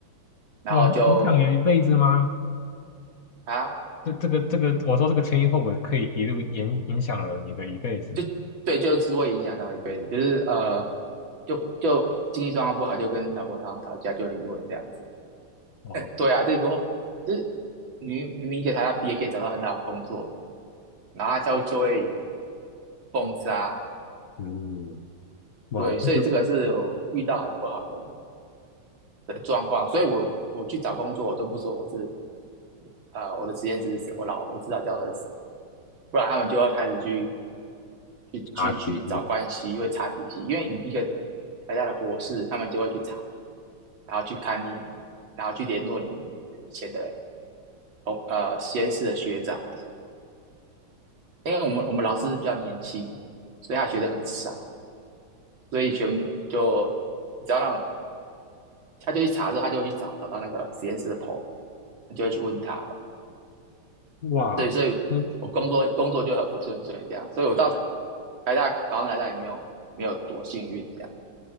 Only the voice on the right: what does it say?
然后就
啊
就对，就是会影响到一辈子，就是呃，就就经济状况不好，就跟老婆常常吵架，就离婚这样子。
对啊，这个就是明明明给她要毕业可以找到很好的工作，然后他就就会封杀，
对，所以这个是我遇到很不好的
的状况，所以我我去找工作，我都不说我是呃我的实验室是谁，我老我知道教授是谁，不然他们就会开始去去去去找关系，
会查底细，因为你一个台大的博士，他们就会去查，然后去看你，然后去联络你的以前的同呃实验室的学长啊什么因为我们我们老师比较年轻，所以他学生很少，所以全就只要让他就去查之后，他就会去找找到那个实验室的头，就会去问他，
对，所以我工作工作就很不顺遂这样，
所以我到台台大考上台大也没有没有多幸运这样，